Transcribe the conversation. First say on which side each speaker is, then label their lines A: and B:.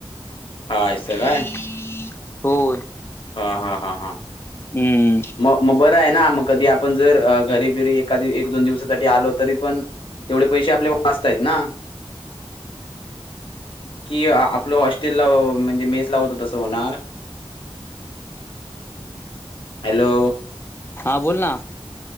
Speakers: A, on the left (about 60°); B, on the left (about 25°).
A: हा असं
B: <unintelligible>
A: काय
B: होय.
A: हा, हा, हा, हा
B: हम्म
A: म मग बरं आहे ना. मग कधी आपण जर घरी बिरी एखादी एक दोन दिवसासाठी आलो तरी पण तेवढे पैसे आपले वाचतायत ना.
B: <inaudible>
A: कि आपलं हॉस्टेल ला म्हणजे मेस ला होतं तस होणार? हॅलो,
B: हां, बोल ना.